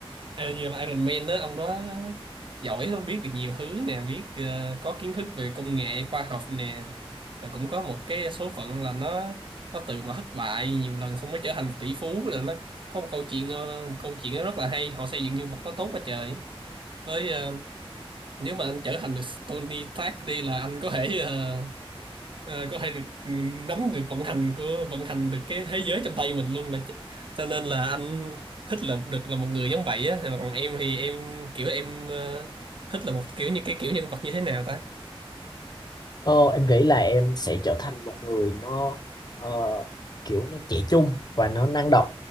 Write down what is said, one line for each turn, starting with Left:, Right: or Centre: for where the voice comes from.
Right: Ờ, như là Iron Man đó ông đó giỏi lắm biết được nhiều thứ nè biết ờ, có kiến thức về công nghệ khoa học nè rồi cũng có một cái số phận là nó nó từ mà thất bại nhiều lần xong mới trở thành tỷ phú là nó có một câu chuyện ờ, một câu chuyện rất là hay họ xây dựng nhân vật đó tốt quá trời với ờ, nếu mà anh trở thành được Tony Stark đi là anh có thể ờ, ờ, có thể được ừ, nắm được vận hành của vận hành được cái thế giới trong tay mình luôn là ch- cho nên là anh thích là được là một người giống vậy á còn em thì em kiểu em ờ, thích là một kiểu như cái kiểu nhân vật như thế nào ta
Left: Ờ, em nghĩ là em sẽ trở thành một người nó ờ, kiểu nó trẻ trung và nó năng động